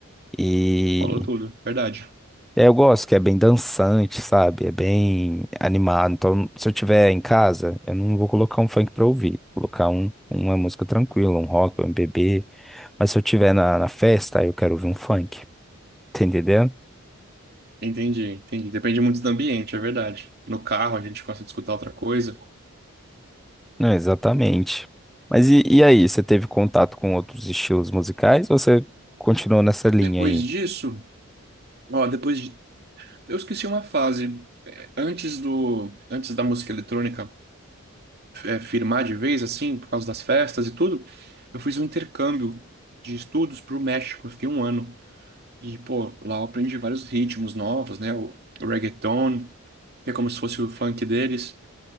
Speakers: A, in the centre; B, on the right (about 45°).
A: E
B: Falou tudo. Verdade.
A: é, eu gosto que é bem dançante, sabe? É bem animado. Então, se eu tiver em casa, eu não vou colocar um funk pra ouvir. Vou colocar um, uma música tranquila, um rock, um MPB. Mas se eu tiver na, na festa, aí eu quero ouvir um funk. <laughs> Tá entendendo?
B: Entendi, entendi. Depende muito do ambiente, é verdade. No carro a gente gosta de escutar outra coisa.
A: Não, exatamente. Mas e, e aí, você teve contato com outros estilos musicais ou você continuou nessa linha
B: Depois
A: aí?
B: disso, ó, depois de... eu esqueci uma fase. É, Antes do, antes da música eletrônica é, firmar de vez, assim, por causa das festas e tudo, eu fiz um intercâmbio de estudos pro México. Eu fiquei um ano e pô, lá eu aprendi vários ritmos novos, né? O, o reggaeton, que é como se fosse o funk deles.